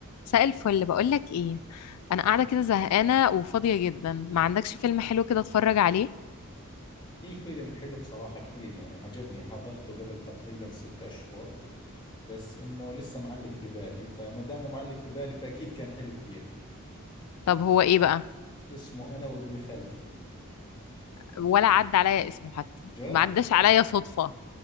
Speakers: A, on the left; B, on the left.
A: مساء الفل بقول لك ايه انا قاعده كده زهقانه وفاضيه جدا ما عندكش فيلم حلو كده اتفرج عليه
B: في فيلم حلو بصراحة كثير يعني عجبني حضرته قبل تقريبا ست أشهر بس إنه لسه معلق في بالي فما دامه معلق في بالي فأكيد كان حلو كثير
A: طب هو ايه بقى
B: اسمه أنا وابن خالتي
A: ولا عدى عليا اسمه حتى
B: جد؟
A: ما عداش عليا صدفه